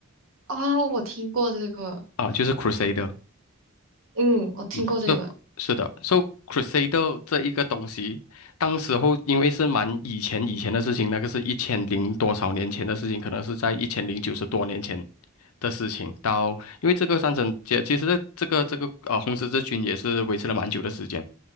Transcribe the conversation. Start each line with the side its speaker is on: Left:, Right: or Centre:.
Right: 哦，我听过这个，
Left: 啊，就是 Crusader。
Right: 嗯，我听过这个，
Left: 嗯，就是的，so Crusader 这一个东西，当时候因为是蛮以前以前的事情，那个是一千零多少年前的事情，可能是在一千零九十多年前的事情。到因为这个战争，其其实这个这个呃红十字军也是维持了蛮久的时间。